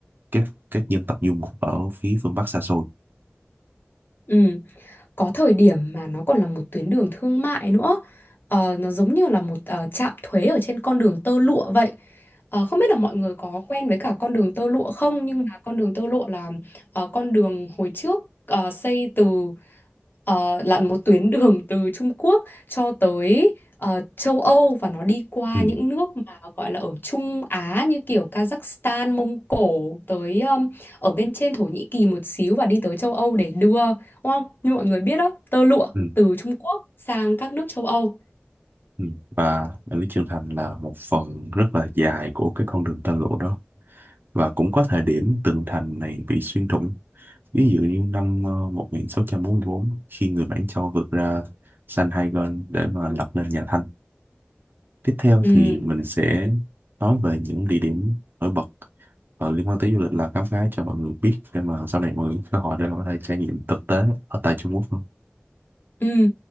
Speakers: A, on the right (about 50°); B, on the left (about 50°).
A: các các dân tộc du mục ở phía phương Bắc xa xôi.
B: Ừ. Có thời điểm mà nó còn là một tuyến đường thương mại nữa. Ờ, nó giống như là một ờ, trạm thuế ở trên con đường tơ lụa vậy. Ờ, không biết là mọi người có quen với cả con đường tơ lụa không nhưng mà con đường tơ lụa là ờ, con đường hồi trước ờ, xây từ ờ, là một tuyến <laughs> đường từ Trung Quốc cho tới ờ, châu Âu và nó đi qua
A: Ừ,
B: những nước mà gọi là ở Trung Á như kiểu Kazakhstan, Mông Cổ tới um, ở bên trên Thổ Nhĩ Kỳ một xíu và đi tới châu Âu để đưa đúng không? Như mọi người biết đó, tơ lụa
A: ừ,
B: từ Trung Quốc sang các nước châu Âu.
A: ừ. Và mạng lưới trưởng thành là một phần rất là dài của cái con đường tơ lụa đó và cũng có thời điểm tường thành này bị xuyên thủng Ví dụ như năm ờ, một nghìn sáu trăm bốn mươi bốn khi người Mãn Châu vượt ra San Hai Gòn để mà lập nên nhà Thanh. Tiếp theo
B: Ừ.
A: thì mình sẽ nói về những địa điểm nổi bật ờ, liên quan tới du lịch là khám phá cho mọi người biết để mà sau này mọi người có cơ hội để mà có thể trải nghiệm thực tế ở tại Trung Quốc luôn.
B: Ừ.